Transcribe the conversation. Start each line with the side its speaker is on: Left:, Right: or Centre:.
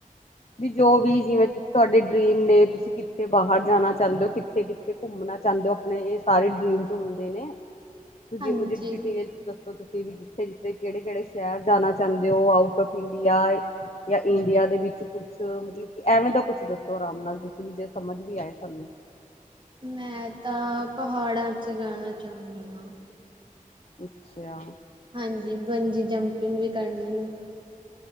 Left: ਵੀ ਜੋ ਵੀ! ਜਿਵੇਂ ਤੁਹਾਡੇ ਡਰੀਮ ਨੇ। ਤੁਸੀਂ ਕਿੱਥੇ ਬਾਹਰ ਜਾਣਾ ਚਾਹੁੰਦੇ ਹੋ? ਕਿੱਥੇ ਕਿੱਥੇ ਘੁੰਮਣਾ ਚਾਹੁੰਦੇ ਹੋ? ਆਪਣੇ ਇਹ ਸਾਰੇ ਡਰੀਮ ਿੰਗ ਹੁੰਦੇ ਨੇ! <inaudible> ਤੁਸੀ
Right: ਹਾਂਜੀ।
Left: ਮੁਝੇ ਡਿਟੇਲ ਚ ਦੱਸੋ ਤੁਸੀਂ ਜਿਥੇ ਜਿਥੇ ਕਿਹੜੇ ਕਿਹੜੇ ਸ਼ਹਿਰ ਜਾਣਾ ਚੰਦੇ ਹੌ ਆਊਟ ਆਫ ਇੰਡੀਆ ਜਾਂ ਇੰਡੀਆ ਦੇ ਵਿੱਚ ਕੁਛ ਮਤਲਬ ਐਵੇਂ ਦਾ ਕੁਛ ਦੱਸੋ ਆਰਾਮ ਨਾਲ ਤੁਸੀਂ। ਵੀ ਜੇ ਸਮਝ ਵੀ ਆਏ ਸਾਨੂੰ।
Right: ਮੈਂ ਤਾਂ ਪਹਾੜਾਂ ਚ ਆਣਾ ਚਾਹੁਨੀ ਆ।
Left: ਅੱਛਾ।
Right: ਹਾਂਜੀ, ਬੰਜੀ ਜੰਪਿੰਗ ਵੀ ਕਰਨੀ।